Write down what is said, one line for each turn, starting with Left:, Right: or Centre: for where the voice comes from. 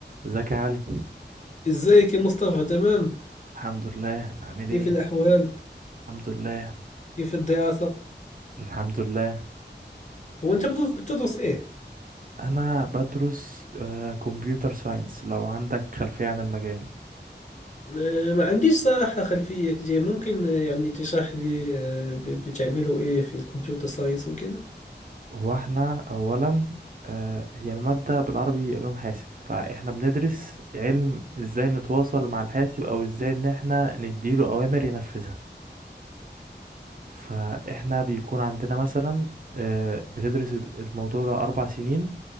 Right: ازيك يا علي
Left: ازيك يا مصطفى تمام
Right: الحمد لله عامل
Left: كيف
Right: ايه
Left: الأحوال
Right: الحمد لله
Left: كيف الدراسة
Right: الحمد لله
Left: هو أنت بتدرس تدرس إيه
Right: انا بدرس كمبيوتر ساينس لو عندك خلفية عن المجال
Left: آه، ما عنديش صراحة خلفية كتير ممكن آه، يعني تشرح لي آه، ب- بتعملوا إيه في الكمبيوتر ساينس وكذا
Right: هو احنا اولا آه، هي المادة بالعربي علوم حاسب فاحنا بندرس علم ازاي نتواصل مع الحاسب او ازاي ان احنا نديله اوامر ينفذها فاحنا بيكون عندنا مثلا آه، بتدرس الموضوع ده اربع سنين